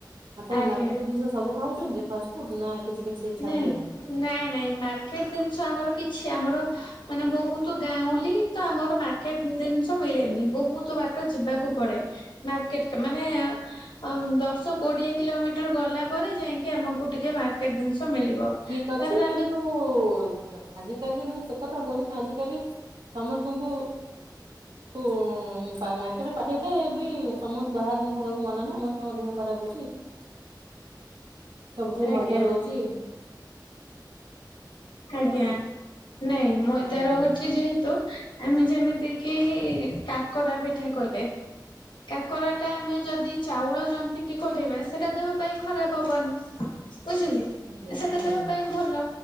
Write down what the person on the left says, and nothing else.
ଆଜ୍ଞା।
ନାଇଁ
ନାଇଁ ନାଇଁ ମାର୍କେଟ୍ ଜିନିଷ ଆମର କିଛି ଆମର ମାନେ ବହୁତ ଗାଉଁଲି ତ ଆମର ମାର୍କେଟ୍ ଜିନିଷ ମିଳେନି ବହୁତ ବାଟ ଯିବାକୁ ପଡେ। ମାର୍କେଟ କ ମାନେ ଆଁ ଉଁ ଦଶ କୋଡିଏ କିଲୋମିଟର୍ ଗଲାପରେ ଯାଇକି ଆମକୁ ଟିକେ ମାର୍କେଟ ଜିନିଷ ମିଳିବ।
ତାପରେ ଆମେ
<inaudible>
ଆଜ୍ଞା
ଆଜ୍ଞା। ନାଇଁ ମଇଦା
ରହୁଛି ଯେହେତୁ ତୁ ଆମେ ଯେମିତି କିି କାକରା ପିଠା କଲେ କାକରା ଟା ଆମେ ଯଦି ଚାଉଳ ଜନ୍ତିକିି କରିବା ସେଇଟା ଦେହ ପାଇଁ ଖରାପ ହବନି। ବୁଝିଲେ
ସେଟା
ଦେହ ପାଇଁ ଭଲ।